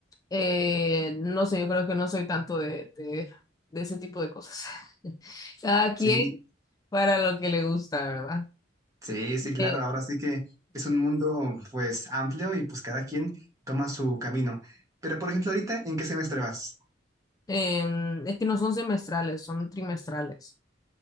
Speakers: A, on the left (about 20°); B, on the right (about 20°).
A: eh, no sé, yo creo que no soy tanto de, de, de ese tipo de cosas. <laughs> Cada quien
B: Sí,
A: para lo que le gusta, ¿verdad?
B: sí, sí, claro,
A: Eh,
B: ahora sí que es un mundo pues amplio y pues cada quien toma su camino. Pero por ejemplo, ahorita, ¿en qué semestre vas?
A: Eh, es que no son semestrales, son trimestrales.